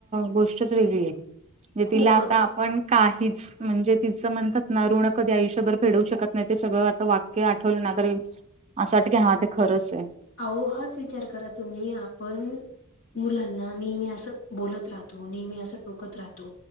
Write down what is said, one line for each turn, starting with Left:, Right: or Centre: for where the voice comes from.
Right: गोष्टी गोष्ट च वेगळी आहे
Left: खूपच
Right: तिला आता आपण काही म्हणजे त म्हण ना ऋण कधी आयुष्यभर फेडू शकत नाही ते सगळं आता वाक्य आठवलं ना तरर असं वाट की ह ते खरंच आहे
Left: अह हाच विचार करा तुम्ही आपण मुलांना नेहमी असं बोलत राहतो नेहमी असं टोकत राहतो